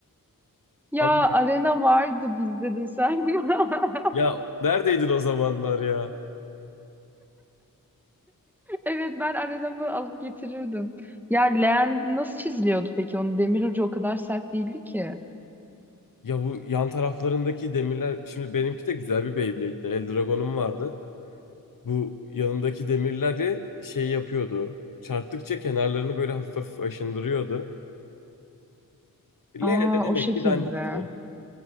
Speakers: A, in the centre; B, on the left (about 65°).
A: Ya
B: Ama
A: arena vardı bizde de sen. <laughs>
B: ya neredeydin o zamanlar ya?
A: Evet ben arenamı alıp getirirdim. Ya leğen nasıl çiziliyordu peki? Onun demir ucu o kadar sert değildi ki.
B: Ya bu yan taraflarındaki demirler şimdi benimki de güzel bir Beyblade'di. Eldragon'um vardı. Bu yanındaki demirleri şey yapıyordu. Çarptıkça kenarlarını böyle hafif hafif aşındırıyordu. Leğen
A: Aa,
B: de demek
A: o şekilde.
B: ki dandikti.